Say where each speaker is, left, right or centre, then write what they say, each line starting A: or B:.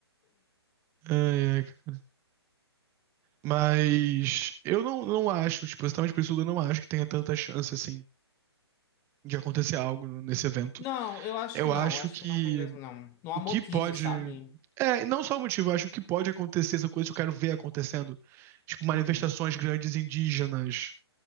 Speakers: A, on the right; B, on the left.
A: Ai, ai, cara. Mas eu não, não acho, tipo, exatamente por isso eu não acho que tenha tanta chance, assim, de acontecer algo nesse evento.
B: Não, eu acho
A: Eu
B: que não.
A: acho
B: Acho
A: que
B: que não tem mesmo, não. Não
A: O
B: há motivo,
A: que pode.
B: sabe?
A: É, não só o motivo, eu acho que o que pode acontecer, essa coisa que eu quero ver acontecendo. Tipo, manifestações
B: Uhum.
A: grandes indígenas,